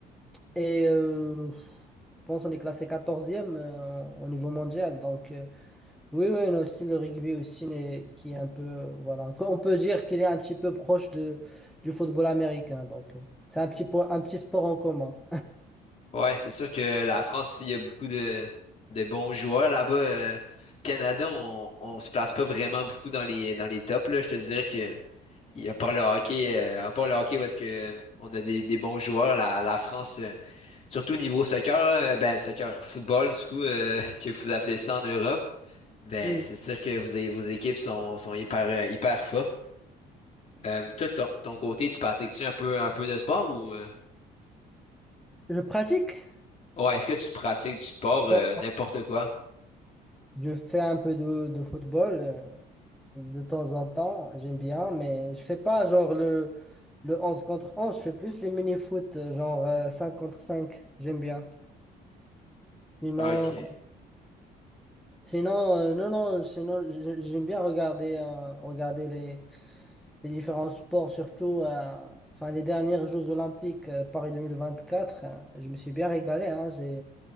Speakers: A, in the centre; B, on the left.
A: Et euh, je pense qu'on est classé quatorzième euh, au niveau mondial. Donc, euh, oui, oui, on a aussi le rugby aussi, mais qui est un peu, euh, voilà. Qu- On peut dire qu'il est un petit peu proche de, du football américain. Donc, euh, c'est un petit, po- un petit sport en commun.
B: Ouais, c'est sûr que la France, il y a beaucoup de, de bons joueurs là-bas. euh, Canada, on, on se place pas vraiment beaucoup dans les dans les tops, là. Je te dirais que il y a pas le hockey, euh, à part le hockey où est-ce que euh, on a des, des bons joueurs, la, la France. euh, Surtout niveau soccer, là, ben soccer, football, du coup, euh, <laughs> que vous appelez ça en Europe, ben
A: Mm.
B: c'est sûr que vous avez- vos équipes sont, sont hyper, euh, hyper fortes. Euh, toi, de ton, ton côté, tu pratiques-tu un peu, un peu de sport ou... euh?
A: Je pratique.
B: Ouais, est-ce que tu pratiques du sport, euh,
A: Bon,
B: n'importe quoi?
A: Je fais un peu de, de football euh, de temps en temps. J'aime bien, mais je fais pas genre le, le onze contre onze Je fais plus les mini-foot, euh, genre euh, 5 contre cinq J'aime bien. Sinon,
B: Ah, Ok.
A: Sinon, euh, non, non, sinon, je- j'aime bien regarder, euh, regarder les, les différents sports, surtout euh, enfin, les dernières Jeux Olympiques euh, Paris 2024. euh, je me suis bien régalé. Hein, j'ai,